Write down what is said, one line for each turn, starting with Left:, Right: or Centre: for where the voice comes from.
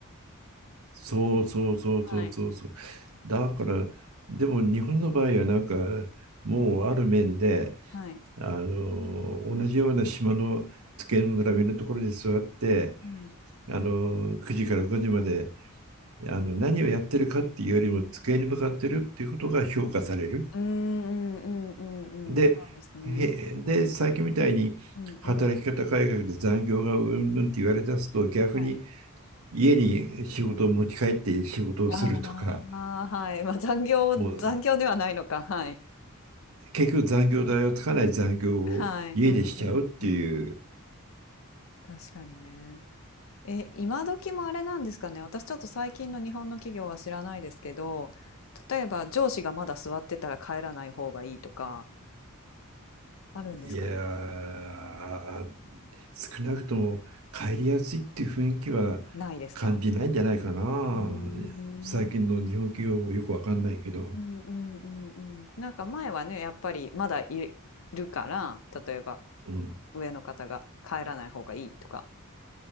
Right: そうそうそうそうそうそう。
Left: はい。
Right: だから、でも日本の場合はなんか、もうある面で、
Left: はい。
Right: あの、同じような島の机の並びのところで座って、
Left: うんうん。
Right: あの、9時から5時まで、あの、何をやってるかっていうよりも机に向かってるっていうことが評価される。
Left: はい。うーんうんうんうんうん。
Right: で、
Left: そうですね。
Right: へで、最近みたいに働き方改革で残業がうんぬんって言われ出すと、
Left: うんうん。
Right: 逆に
Left: はい。
Right: 家に仕事を持ち帰って仕事をするとか、
Left: ああ、はい。まあ、残業、
Right: もう
Left: 残業ではないのか。はい。
Right: 結局残業代をつかない残業を家でしちゃうっていう
Left: はい。うんうんうん。確かにね。え、今時もあれなんですかね。私ちょっと最近の日本の企業は知らないですけど、例えば上司がまだ座ってたら帰らない方がいいとか、あるんですかね。
Right: いやー、少なくとも帰りやすいっていう雰囲気は
Left: ないですか
Right: 感じないんじゃないかな。
Left: うーん。
Right: 最近の日本企業もよくわかんないけど。
Left: うんうんうんうん。なんか前はね、やっぱりまだいるから、例えば
Right: うん、
Left: 上の方が帰らない方がいいとか